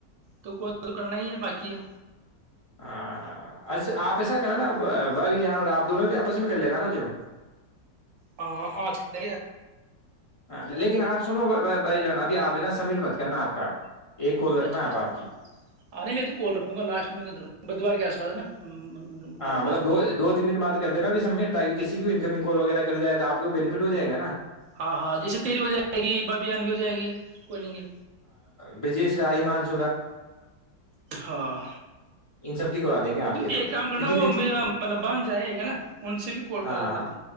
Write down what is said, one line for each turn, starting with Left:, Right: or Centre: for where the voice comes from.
Right: دو ک تو کرنا ہی ہے باقی ہے
Left: ہاںا آپ ایسا کرنا نا ب بھی جان آپ دونوں بھی آپس میں کر لینا نا جو
Right: ہ آج ک ل
Left: لیکن آپنو ب بائی جانا آپ ہے نا سبمٹ مت کرنا آ کا ایک کال رکھنا
Right: اچھا اچھا
Left: آپ آپ کی
Right: آ نہیں تو کال رکھوں گا لاسٹ میں انر رکھوں گا بدوار کے آس پا ہے نا منگلوار
Left: ہاں
Right: کے
Left: مطلب
Right: آس پاس
Left: دو دو تین دن بات کرتے نا بھی سمیر تاک کسی بھی انکمنگ کال وغیرہ کر جائے تو آپ کو بینیفٹ ہو جائے گ نا
Right: ہاں ہاں جیسے تیری ہو جائے گی بابی جانگی ہو جائے گی کو لیں گے
Left: بجیش <unintelligible>
Right: ہاں
Left: ان سب کی کرا دیں گے آپ تو
Right: ایک
Left: تو
Right: کام کرنا
Left: کیونکہ
Right: وہ
Left: پچھلی
Right: میرا مطلب بان جائے گا نا ان سے بھی کال
Left: ہاں
Right: کر لینا ت